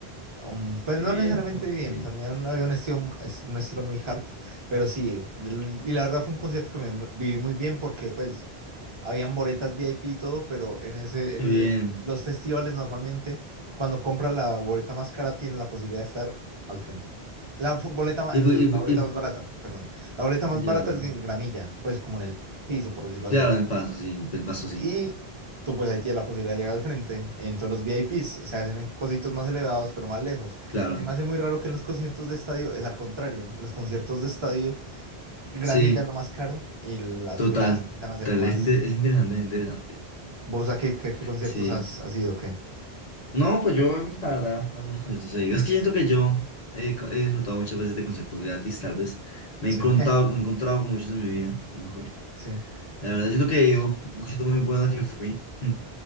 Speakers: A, on the right (about 30°); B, on the left (about 45°).
A: um, pero
B: Y
A: no
B: bien,
A: necesariamente
B: ok.
A: EDM,
B: Y
A: también había un estilo, es un estilo muy hard. Pero sí, y l- y la verdad fue un concierto que me mu- viví muy bien porque pues habían boletas VIP y todo, pero en ese, en
B: bien.
A: el- los festivales normalmente cuando compras la boleta más cara tienes la posibilidad de estar al frente. La fu- boleta, ma-
B: Y,
A: la
B: fu- y, fu-
A: boleta
B: y fu-
A: más barata, perdón. La boleta más
B: ya.
A: barata es en gramilla, pues como en el piso, por decirlo
B: Claro,
A: así.
B: el paso, sí, el paso, sí.
A: Y tú pues ahí tienes la posibilidad de llegar al frente. Entonces los VIPs se hacen en cositos más elevados, pero más lejos.
B: Claro.
A: Y se me hace muy raro que en los conciertos de estadio es al contrario. En los conciertos de estadio, el gramilla
B: Sí.
A: es lo más caro y las
B: Total,
A: gradas empiezan a ser
B: total,
A: lo más...
B: es, inte- es interesante, es interesante.
A: ¿Vos a qué, qué, qué conciertos
B: Sí.
A: has, has ido? ¿Qué?
B: No, pues yo, la verdad, algunos conciertos he ido. Es que siento que yo he, co- he disfrutado muchas veces de conciertos gratis, tal vez. Me
A: Sí,
B: he encontrado,
A: <laughs>
B: me he encontrado con muchos en mi vida, a lo mejor.
A: sí,
B: La verdad, siento que he ido, a un concierto muy bueno que fui, <laughs>